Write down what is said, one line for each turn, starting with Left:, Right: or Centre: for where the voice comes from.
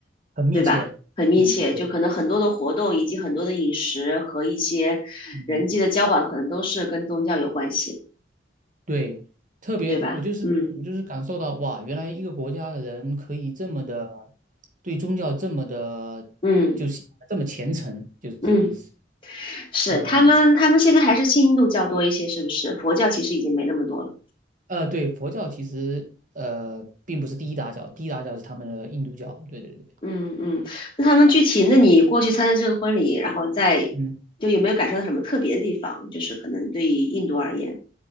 Right: 很密切。
Left: 对吧？很密切，
Right: 嗯，对，
Left: 就可能很多的活动以及很多的饮食和一些人际的交往，
Right: 嗯，
Left: 可能都是跟宗教有关系，
Right: 对，特别我就是我就是感受到哇，
Left: 对吧？嗯
Right: 原来一个国家的人可以这么的对宗教这么的，
Left: 嗯
Right: 就是这么虔诚，就是这个意思。
Left: 嗯，嗯，是，
Right: 嗯。
Left: 他们他们现在还是信印度教多一些，是不是？佛教其实已经没那么多了。
Right: 呃，对，佛教其实呃并不是第一大教，第一大教是他们的印度教。对对对，
Left: 嗯嗯，那他们具体，那你过去参加这个婚礼，然后再就有没有感受到什么特别的地方？
Right: 嗯
Left: 就是可能对于印度而言，